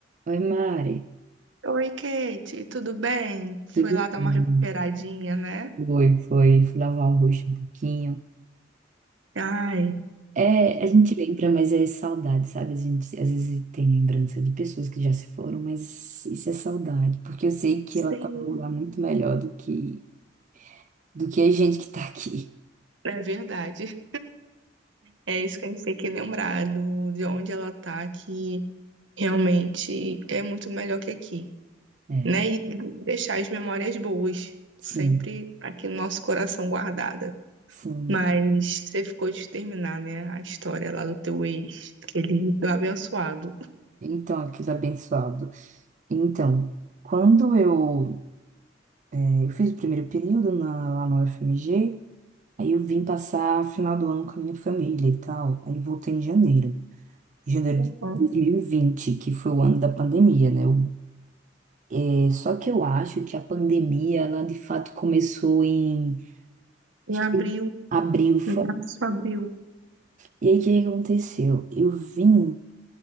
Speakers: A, on the right; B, on the right.
A: Oi, Mari.
B: Oi, Kate, tudo bem?
A: Tudo
B: Fui lá dar
A: bem?
B: uma recuperadinha, né?
A: Foi, foi. Fui lavar o rosto um pouquinho.
B: Ai,
A: É, a gente lembra, mas é saudade, sabe? A gente às vezes tem lembrança de pessoas que já se foram, mas isso é saudade, porque eu sei que
B: sim,
A: ela tá num lugar muito melhor do que, do que a gente que tá aqui.
B: é verdade. É isso que a gente tem que lembrar do, de onde ela tá, que realmente é muito melhor que aqui,
A: É,
B: né? E deixar as memórias boas,
A: sim,
B: sempre aqui no nosso coração guardada.
A: sim.
B: Mas você ficou de terminar, né, a história lá do teu ex, aquele do abençoado.
A: Então, aquilo é abençoado. Então, quando eu, eh, eu fiz o primeiro período na- lá na UFMG, Aí eu vim passar final do ano com a minha família e tal. Aí voltei em janeiro. Janeiro
B: Uhum.
A: de 2020, que foi o ano da pandemia, né? Eu- é, só que eu acho que a pandemia, ela de fato começou em...
B: Em
A: Acho
B: abril,
A: que abril foi.
B: março, abril.
A: E aí, o que que aconteceu? Eu vim